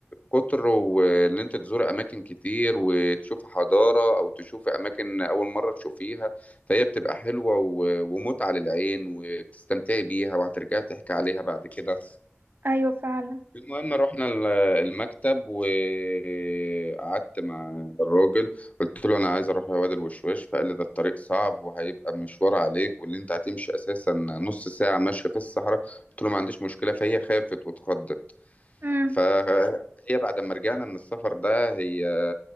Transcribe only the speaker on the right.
أيوه فعلا
مم.